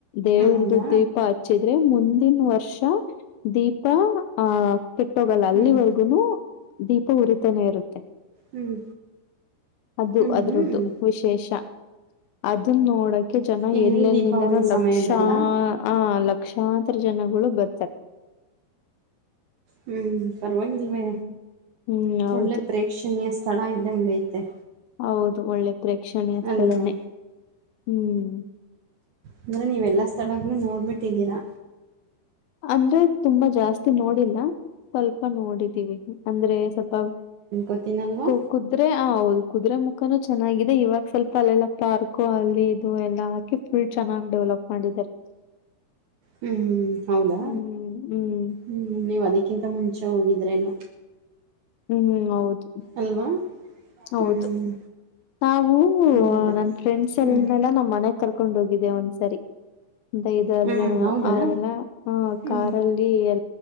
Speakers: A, on the left; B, on the right.
A: ದೇವ್ರದು
B: ಹೌದಾ
A: ದೀಪ ಹಚ್ಚಿದ್ರೆ ಮುಂದಿನ ವರ್ಷ ವರ್ಷ ದೀಪ ಆಹ ಕೆಟ್ಟೋಗಲ್ಲ ಅಲ್ಲಿವರ್ಗುನು
B: ಹ್ಮ್
A: ದೀಪ ಉರಿತಾನೆ ಇರುತ್ತೆ
B: ಹ್ಮ್
A: ಅದು
B: ಹ್ಮ್
A: ಅದ್ರದ್ದು
B: ಹ್ಮ್
A: ವಿಶೇಷ ಅದನ್ನ ನೋಡಕ ಕ ಜನ
B: ಎಲ್ಲಿ
A: ಎಲ್ಲೆಲ್ಲಿಂದನೂ
B: ದೀಪಾವಳಿ
A: ಲಕ್ಷ
B: ಸಮಯದಲ್ಲ
A: ಆ ಲಕ್ಷಾಂತರ ಜನಗಳು ಬರ್ತಾರೆ
B: ಹ್ಮ್ ಪರವಾಗಿಲ್ವೇ
A: ಹ್ಮ್ ಹ್ಮ್ ಹೌದು
B: ಒಳ್ಳೆ ಪ್ರೇಕ್ಷಣೀಯ ಚೆಳ ಇದ್ದ ಹಂಗ ಐತೆ
A: ಹೌದು ಒಳ್ಳೆ ಪ್ರೇಕ್ಷಣೀಯ ಸ್ಥಳನೇ
B: ಅಲ್ವಾ
A: ಹ್ಮ್
B: ಅಂದ್ರೆ ನೀವೆಲ್ಲಾ ಸ್ಥಳ ನೋಡ್ಬಿಟ್ಟಿದ್ದೀರಾ
A: ಅಂದ್ರೆ ತುಂಬಾ ಜಾಸ್ತಿ ನೋಡಿಲ್ಲ ಸ್ವಲ್ಪ ನೋಡಿದೀವಿ ಅಂದ್ರೆ ಸ್ವಲ್ಪ
B: ತ್ತಿನಲ್ವಾ
A: ಕು ಕುದ್ರೆ ಹ ಹೌದು ಕುದುರೆ ಮುಖನೂ ಚೆನ್ನಾಗಿದೆ ಇವಾಗ ಸ್ವಲ್ಪ ತಲೆೆಲ್ಲ ಪಾರ್ಕು ಅಲ್ಲಿ ಇದು ಎಲ್ಲಾ ಹಾಕಿ ಫುಲ್ ಚೆನ್ನಾಗಿ್ ಡೆವಲಪ್ ಮಾಡಿದ್ದಾರೆ
B: ಹ್ಮ್ ಹೌದಾ
A: ಹ್ಮ್ ಹ್ಮ್
B: ಹ್ಮ್ ನೀವ್ ಅದಕ್ಕಿಂತ ಮುಂಚೆ ಹೋಗಿದ್ರೇನು
A: ಹ್ಮ್ ಹ್ಮ್ ಹೌದು
B: ಅಲ್ವಾ
A: ಹೌದು
B: ಹ್ಮ್
A: ನಾವು
B: ಅದೇ ಅದೇ
A: ನನ್ ಫ್ರೆಂಡ್ಸ್
B: ಹ್ಮ್
A: ನೆೆಲ್ಲಾ ನಮ್ಮ್ ಮನೆಗ್ ಕರ್ಕೊಂಡ ಹೋಗಿದ್ದೆ ಒಂದ್ಸರಿ ಒ ಐದರ್
B: ಹ್ಮ್
A: ಜನ
B: ಹೌದಾ
A: ಅವರೆಲ್ಲ ಹ
B: ಹ್ಮ್
A: ಕಾರಲ್ಲಿ ಎ